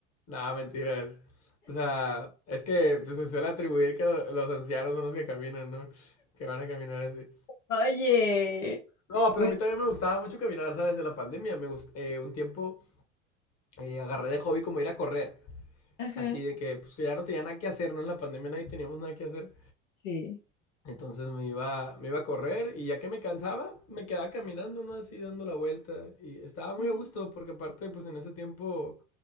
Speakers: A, on the left (about 40°); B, on the left (about 75°).
A: Nada, mentiras. O sea, es que pues, se suele atribuir que lo- los ancianos son los que caminan, ¿no? Que van a caminar así.
B: oye,
A: No, pero
B: bueno,
A: a mí también me gustaba mucho caminar, ¿sabes? En la pandemia me gust- eh, un tiempo eh, agarré de hobby como ir a correr.
B: ajá,
A: Así de que, pues que ya no tenía nada que hacer, ¿no? En la pandemia nadie teníamos nada que hacer.
B: sí.
A: Entonces me iba, me iba a correr y ya que me cansaba, me quedaba caminando, ¿no? Así dando la vuelta. Y estaba muy
B: Ajá.
A: a gusto porque aparte, pues en ese tiempo,